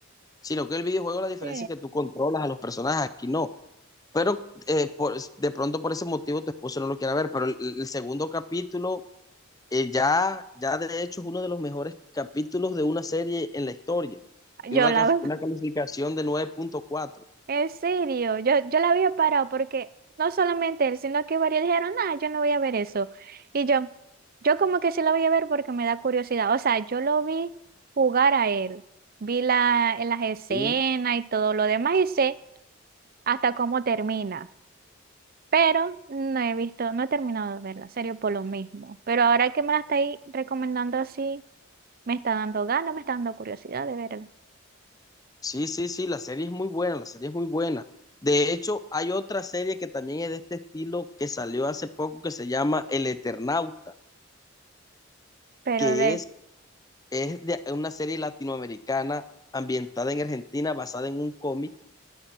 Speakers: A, on the left; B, on the right.
A: sino que el videojuego la diferencia
B: Sí.
A: es que tú controlas a los personajes, aquí no. Pero eh, por- de pronto por ese motivo tu esposo no lo quiere ver, pero el, el segundo capítulo eh, ya, ya de hecho es uno de los mejores capítulos de una serie en la historia.
B: Yo
A: Tiene una,
B: la
A: ca-
B: veo.
A: una calificación de 9.4.
B: En serio, yo, yo la había parado porque no solamente él, sino que varios dijeron, ah, yo no voy a ver eso. Y yo, yo como que sí la voy a ver porque me da curiosidad. O sea, yo lo vi jugar a él. Vi la, en las escenas
A: Uh,
B: y todo lo demás y sé hasta cómo termina. Pero no he visto, no he terminado de verla, en serio, por lo mismo. Pero ahora que me la estáis recomendando así, me está dando ganas, me está dando curiosidad de verla.
A: Sí, sí, sí, la serie es muy buena, la serie es muy buena. De hecho, hay otra serie que también es de este estilo que salió hace poco que se llama El Eternauta,
B: Pero
A: que
B: de,
A: es, es de una serie latinoamericana ambientada en Argentina, basada en un cómic